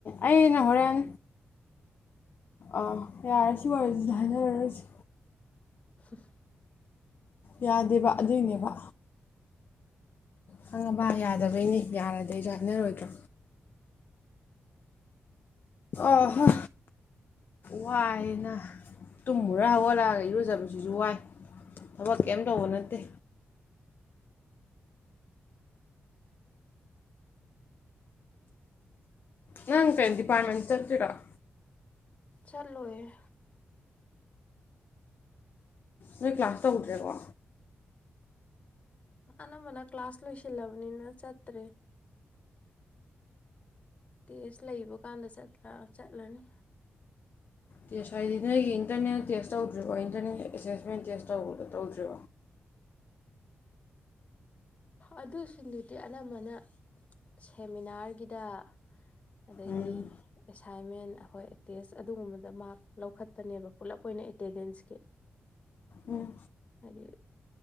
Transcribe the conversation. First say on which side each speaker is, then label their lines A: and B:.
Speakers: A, on the left (about 50°); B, on the left (about 35°).
A: ꯑꯩꯩꯅ ꯍꯣꯔꯦꯟ ꯑꯥ ꯌꯥꯔ‌ꯦ ꯁꯤꯋꯔꯤꯁ‌ꯦ ꯍꯥꯏꯅꯔꯔꫭꯏꯁꯤ
B: <inaudible>
A: ꯌꯥꯗꯦꯕ ꯑꯗꯨꯏꯅꯦꯕ ꯈꯪꯉꯕ ꯌꯥꯗꯕꯩꯅꯦ ꯌꯥꯔꯗꯤ ꯑꯩꯖꯨ ꯍꯥꯏꯅꯔꯣꯏꯗ꯭ꯔꯣ ꯑꯍꯥ‌ ꯋꯥꯏꯅ ꯇꯨꯝꯃꯨꯔ ꯍꯧꯒꯠꯂꯛꯑꯒ ꯏꯔꯨꯖꯕꯁꯤꯁꯨ ꯋꯥꯏ ꯊꯕꯛ ꯀꯔꯤꯝ ꯇꯧꯕ ꯅꯠꯇꯦ ꯅꯪ ꯀꯩ ꯗꯤꯄꯥꯔꯠꯃꯦꯟ ꯆꯠꯇ꯭ꫭꯏꯔꫭ
B: ꯆꯠꯂꯣꯏꯌ‌ꯦ
A: ꯅꯣꯏ ꯀ꯭ꯂꯥꯁ ꯇꯧꯗ꯭ꯔꯦꯀꯣ
B: ꯑꯅꯝꯕꯅ ꯀ꯭ꯂꯥꯁ ꯂꯣꯏꯁꯤꯜꯂꯕꯅꯤꯅ ꯆꯠꯇ꯭ꯔꯦ ꯇꯦꯁ ꯂꯩꯕ ꯀꯥꯟꯗ ꯆꯠꯂꯅꯤ
A: ꯇꯦꯁ ꯍꯥꯏꯗꯤ ꯅꯣꯏꯒꯤ ꯏꯟꯇꯔꯅꯦꯠ ꯇꯦꯁ ꯇꯧꯗ꯭ꯔꯤꯕꯣ ꯏꯟꯇꯔꯅꯦꯜ ꯑꯦꯁꯦꯁꯃꯦꯟ ꯇꯦꯁ ꯇꯧꯗ꯭ꯔꯔꯤꯕꯣ
B: ꯑꯗꯨꯁꯤꯡꯗꯨꯗꯤ ꯑꯅꯝꯕꯅ ꯁꯦꯃꯤꯅꯥꯔꯒꯤꯗ ꯑꯗꯒꯤ
A: ꯎꯝ
B: ꯑꯦꯁ ꯑꯦꯁꯥꯏꯟꯃꯦꯟ ꯑꯩꯈꯣꯏ ꯇꯦꯁ ꯑꯗꯨꯒꯨꯝꯕꯗ ꯃꯥꯔꯛ ꯂꯧꯈꯠꯄꯅꯦꯕ ꯄꯨꯂꯞ ꯑꯣꯏꯅ ꯑꯦꯇꯦꯟꯗꯦꯟꯁꯀꯤ
A: ꯎꯝ
B: ꯍꯥꯏꯗꯤ